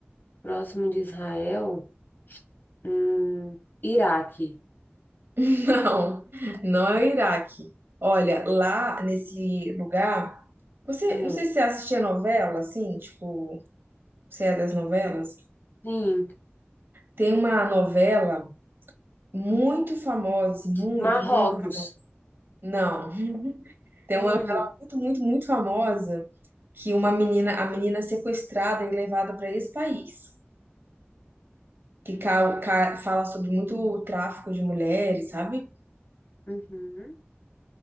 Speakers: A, on the left (about 55°); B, on the right (about 60°).
A: próximo de Israel. Hum, Iraque.
B: <laughs> Não, não é o Iraque. Olha, lá nesse lugar, você,
A: Hum,
B: não sei se você assistia novela, assim, tipo, você é das novelas?
A: sim.
B: Tem uma novela muito famosa, assim, muito,
A: Marrocos.
B: muito. Não. Tem
A: Ai,
B: uma novela
A: meu...
B: muito, muito, muito famosa que uma menina, a menina é sequestrada e levada para esse país. que ca- ca- fala sobre muito tráfico de mulheres, sabe?
A: Uhum.